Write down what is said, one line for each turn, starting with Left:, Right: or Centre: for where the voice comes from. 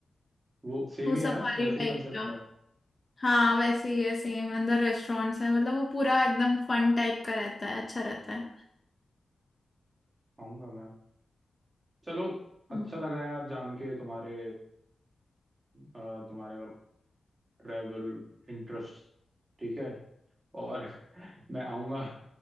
Right: वो सेम
Left: वो
Right: ही
Left: सफारी
Right: है ना वैसे ही
Left: टाइप
Right: कंसेप्ट
Left: का
Right: है
Left: हाँ वैसे ही है सेम अंदर रेस्टोरेंट्स है मतलब वो पूरा एकदम फन टाइप का रहता है अच्छा रहता है
Right: आऊंगा मैं चलो अच्छा
Left: हम्म।
Right: लगा यार जान के तुम्हारे अ, तुम्हारे ट्रैवल इंटरेस्ट ठीक है और <laughs> मैं आऊँगा